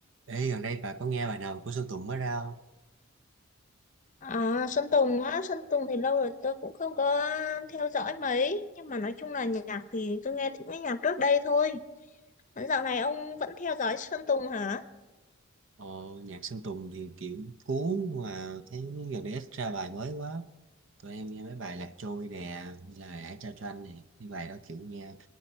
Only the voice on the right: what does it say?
Ê, gần đây bà có nghe bài nào của Sơn Tùng mới ra không?
Ờ, nhạc Sơn Tùng thì kiểu cuốn mà thấy gần đây ít ra bài mới quá. Tụi em nghe mấy bài Lạc Trôi nè, như là Hãy trao cho anh nè. cái bài đó kiểu nghe